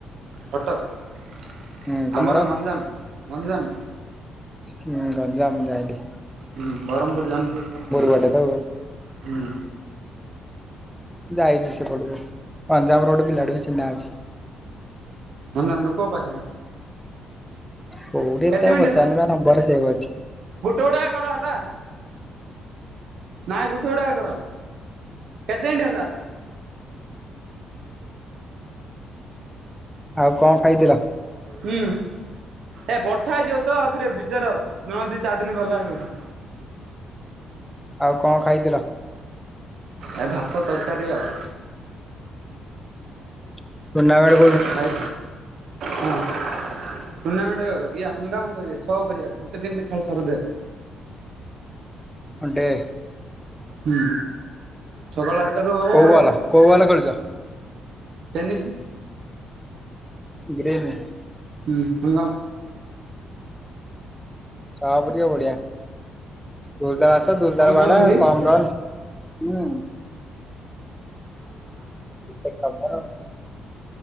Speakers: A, on the right (about 65°); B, in the centre.
A: କଟକ
B: ହୁଁ ତମର?
A: ଆମର ଗଞ୍ଜାମ ଗଞ୍ଜାମ।
B: ହୁଁ ଗଞ୍ଜାମ ଜାଣିଲି।
A: ହୁଁ ବରହମ୍ପୁର ଜାଣିଥିବ ତ
B: ଗୋଟେ ଆଉ।
A: ହୁଁ।
B: ଯାଇଛି ସେପଟକୁ ଗଞ୍ଜାମରେ ଗୋଟେ ପିଲାଟେ ବି ଚିହ୍ନା ଅଛି।
A: ଗଞ୍ଜାମର କୋଉ ପାଖେରେ?
B: କୋଉଠି ଏତେ
A: କେତେ
B: ଆଉ
A: ମିନିଟ
B: ପଚାରନି
A: ହେଲା
B: ତା ନମ୍ବର ସେଭ୍ ଅଛି।
A: ଗୋଟେ ଗୋଟେ କର ହେଲା। ନାଇଁ ଗୋଟେ ଗୋଟିକା କର କେତେ ମିନିଟ୍ ହେଲା।
B: ଆଉ କଣ ଖାଇଥିଲ?
A: ହୁଁ। ଏ ବର୍ଷା ହେଇଯିବ ତ ଆଉ ଥରେ ବିଯାର ନହେଲେ ଦି ଚାରି ଦିନ ଗଲେ ହେ କରିଆ।
B: ଆଉ କଣ ଖାଇଥିଲ?
A: ଏ ଭାତ, ତରକାରି ଆଉ।
B: <unintelligible>
A: ଖାଇ ହଁ। ଟୁର୍ଣ୍ଣାମେଣ୍ଟ ଇଏ ହଙ୍ଗାମ କରିବେ ଛଅ କରିଆ ଗୋଟେ ଦିନରେ ଖେଳ ସରିଦେ।
B: ଅଣ୍ଡେ।
A: ହୁଁ ସକାଳ ଆଠଟାରୁ ହବ
B: କୋଉ ବଲ କୋଉ ବଲ ଖେଳୁଛ?
A: ଟେନିସି।
B: ଗ୍ରେମେ।
A: ହୁଁ ହାଲୋ।
B: ଛଅ ପୁରିଆ ବଢିଆ। ଦୁଲଦାଲ ଆସ ଦୁଲଦାଲ
A: ତମେ ଖେଳୁନ
B: ବାଡା
A: କି
B: କମ ରନ, ହୁଁ।
A: ହଁ।
B: ସେ କଭର।